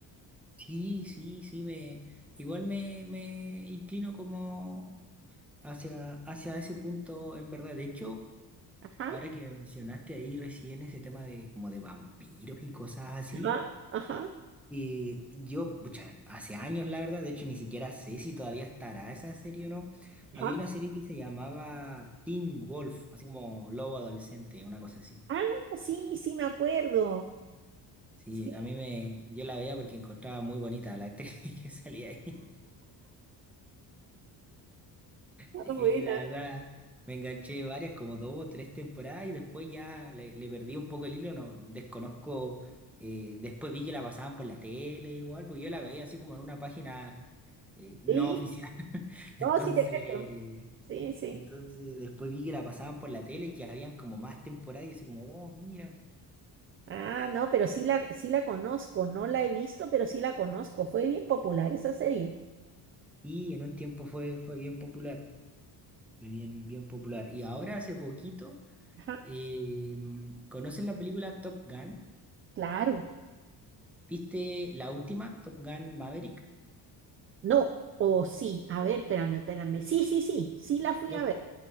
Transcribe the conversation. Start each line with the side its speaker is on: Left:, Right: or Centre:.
Centre: Sí, sí, sí, me igual me, me inclino como hacia, hacia ese punto en verdad. De hecho,
Right: Ajá,
Centre: ahora que mencionaste ahí recién ese tema de como de vampiros y cosas así,
Right: ajá, ajá,
Centre: eh, yo, pucha, hace años la verdad, de hecho ni siquiera sé si todavía estará esa serie o no.
Right: ajá.
Centre: Había una serie que se llamaba Teen Wolf, así como lobo adolescente, una cosa así.
Right: Ah, sí, sí, me acuerdo.
Centre: Sí,
Right: Sí,
Centre: a mí me, yo la veía porque encontraba muy bonita a la actriz <laughs> que salía ahí.
Right: Ah,
Centre: Y
Right: buena.
Centre: la verdad, me enganché varias, como dos o tres temporadas, y después ya le, le perdí un poco el hilo, no desconozco. eh, después vi que la pasaban por la tele igual, porque yo la veía así como en una página eh, no
Right: sí.
Centre: oficial. <laughs> Entonces,
Right: No, sí te cacho. Sí, sí.
Centre: entonces después vi que la pasaban por la tele y que habían como más temporadas, y así como, oh, mira.
Right: Ah, no, pero sí la, sí la conozco, no la he visto, pero sí la conozco. Fue bien popular esa serie.
Centre: Sí, en un tiempo fue, fue bien popular, fue bien, bien popular. Y ahora hace poquito,
Right: Ajá.
Centre: eh, ¿conocen la película Top Gun?
Right: Claro.
Centre: ¿Viste la última, Top Gun Maverick?
Right: No, o sí, a ver, espérame, espérame. Sí, sí, sí, sí la fui
Centre: Creo,
Right: a ver.